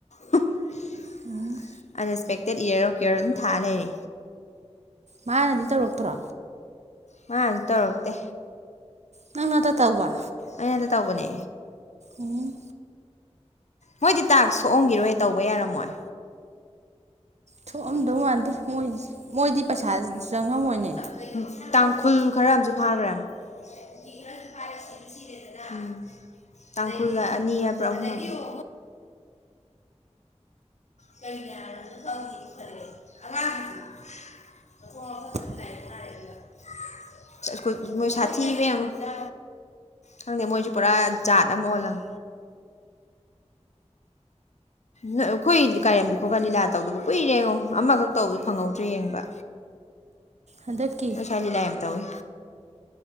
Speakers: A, on the left; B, on the right.
A: <unintelligible>
B: ꯎꯝ
A: <unintelligible> ꯑꯟꯔꯦꯁꯄꯦꯛꯇꯦꯠ ꯌꯦꯔ ꯑꯣꯐ ꯀꯤꯌꯔ ꯑꯗꯨꯝ ꯊꯥ ꯂꯩꯔꯦ
B: ꯃꯥꯅꯗꯤ ꯇꯧꯔꯛꯇ꯭ꯔꯣ?
A: ꯃꯟꯅꯁꯨ ꯇꯧꯔꯛꯇꯦ꯫
B: ꯅꯪ ꯅꯠꯇꯥ ꯇꯧꯋꯥ?
A: ꯑꯩꯅꯗ ꯇꯧꯕꯅꯦ꯫
B: ꯎꯝ
A: ꯃꯣꯏꯗꯤ ꯇꯥꯛꯁ ꯁꯣꯛꯉꯝꯒꯤꯔꯣꯏ ꯇꯧꯕ ꯌꯥꯔꯝꯃꯣꯏ
B: ꯊꯣꯛꯑꯝꯗꯧ ꯃꯥꯟꯗꯦ ꯃꯣꯏꯖ ꯃꯣꯏꯗꯤ ꯄꯩꯁꯥ ꯆꯪꯉꯝꯃꯣꯏꯅꯦ
A: ꯀꯩꯅꯣ <unintelligible> ꯇꯥꯡꯈꯨꯜ ꯈꯔ ꯑꯝꯁꯨ ꯐꯥꯈ꯭ꯔꯦꯝ ꯀꯨꯀꯤ ꯈ꯭ꯔꯖꯨ <unintelligible> ꯁꯤꯁꯨ ꯁꯤꯔꯦꯗꯅ ꯎꯝ ꯇꯥꯡꯈꯨꯜꯒꯥ ꯑꯗꯩ ꯑꯅꯤ ꯍꯥꯏꯕ꯭ꯔꯥ ꯑꯗꯒꯤ ꯑꯍꯨꯝ ꯍꯥꯏꯕ꯭ꯔꯥ ꯀꯩꯩꯅ ꯍꯥꯏ ꯈꯪꯗꯦ ꯐꯔꯦ ꯑꯉꯥꯡꯁꯤꯡꯁꯨ ꯃꯊꯣꯡ
B: <inaudible>
A: <unintelligible> ꯆꯥ ꯁ꯭ꯀꯨꯜ ꯃꯣꯏ ꯁꯥꯊꯤ <unintelligible> ꯈꯪꯗꯤꯌꯦ ꯈꯪꯗꯦ ꯃꯣꯏꯁꯨ ꯄꯨꯔꯥ ꯖꯥꯠ ꯑꯝ ꯑꯣꯜꯂꯝ ꯅꯣꯏ ꯈꯣꯏ ꯀꯥꯏꯔꯦꯝꯗꯨ ꯈꯣꯠꯀ ꯂꯤꯂꯥ ꯇꯧꯗꯕ ꯀꯨꯏꯔꯦꯉꯣ ꯑꯃꯈꯛ ꯇꯧꯕꯗꯣ ꯐꯪꯍꯧꯗ꯭ꯔꯦ ꯌꯦꯡꯕ
B: ꯍꯟꯗꯛꯀꯤ
A: <unintelligible> ꯂꯤꯂꯥ ꯌꯝ ꯇꯧꯏ